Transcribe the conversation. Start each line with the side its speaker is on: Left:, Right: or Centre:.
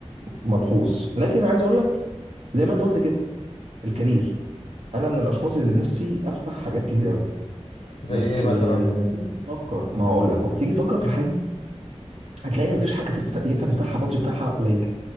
Right: ملحوظ لكن عايز اقول لك زي ما انت قلت كده الكارير انا من الاشخاص اللي نفسي افتح حاجات كتير قوي
Left: زي
Right: بس
Left: ايه مثلا
Right: آه، لما تيجي تفكر ما هقول لك اهو تيجي تفكر في الحاجه هتلاقي مفيش حاجه تفت... ينفع تفتحها بادج بتاعها قليل